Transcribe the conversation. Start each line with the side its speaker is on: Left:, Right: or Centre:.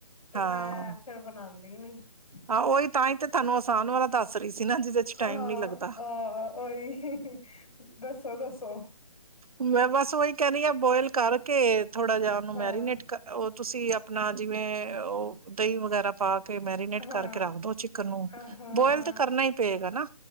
Left: ਤੇ
Right: ਹਾਂ
Left: ਮੈਂ ਫਿਰ ਬਣਾਉਦੀ ਨਹੀਂ ਨਹੀਂ
Right: ਹਾਂ ਉਹੀ ਤਾਂ ਹੀ ਤੇ ਤੁਹਾਨੂੰ ਆਸਾਨ ਵਾਲਾ ਦੱਸ ਰਹੀ ਸੀ ਨਾ ਜਿਹਦੇ ਚ ਟਾਈਮ
Left: ਹਾਂ
Right: ਨੀ ਲੱਗਦਾ
Left: ਹਾਂ ਉਹੀ ਦੱਸੋ ਦੱਸੋ
Right: ਮੈਂ ਬਸ ਉਹੀ ਕਹਿ ਰੀਆ ਬੋਇਲ ਕਰਕੇ ਥੋੜਾ ਜਿਹਾ
Left: ਹਾਂ
Right: ਉਹਨੂੰ ਮੈਰੀਨੇਟ ਕਰ ਉਹ ਤੁਸੀਂ ਆਪਣਾ ਜਿਵੇਂ ਉਹ ਦਹੀਂ ਵਗੈਰਾ ਪਾ ਕੇ ਕੇ ਮੈਰੀਨੇਟ
Left: ਹਾਂ
Right: ਕਰਕੇ ਰੱਖ ਦੋ ਚਿਕਨ ਨੂੰ
Left: ਹਾਂ
Right: ਬੋਇਲ
Left: ਹਾਂ
Right: ਤਾਂ ਕਰਨਾ ਹੀ ਪਏਗਾ ਨਾ